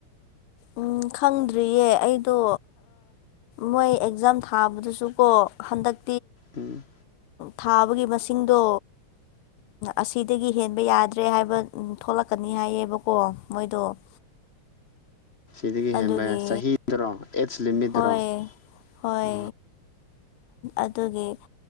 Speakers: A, on the left; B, on the left.
A: ꯑꯣ ꯈꯪꯗ꯭ꯔꯤꯌꯦ ꯑꯩꯗꯣ ꯃꯣꯏ ꯑꯦꯛꯖꯥꯝ ꯊꯥꯕꯗꯁꯨꯀꯣ ꯍꯟꯗꯛ
B: ꯎꯝ
A: ꯊꯥꯕꯒꯤ ꯃꯁꯤꯡꯗꯣ ꯑꯁꯤꯗꯒꯤ ꯍꯦꯟꯕ ꯌꯥꯗ꯭ꯔꯦ ꯍꯥꯏꯕ ꯊꯣꯛꯂꯛꯀꯅꯤ ꯍꯥꯏꯌꯦꯕꯀꯣ ꯃꯣꯏꯗꯣ <unintelligible>
B: ꯁꯤꯗꯒꯤ
A: ꯑꯗꯨꯒꯤ
B: ꯍꯦꯟꯕ ꯌꯥ ꯆꯍꯤꯗꯨꯔꯣ ꯑꯦꯠꯖ ꯂꯤꯃꯤꯠꯇꯗꯨꯔꯣ
A: ꯍꯣꯏ ꯍꯣꯏ
B: ꯑ
A: ꯑꯗꯨꯒꯤ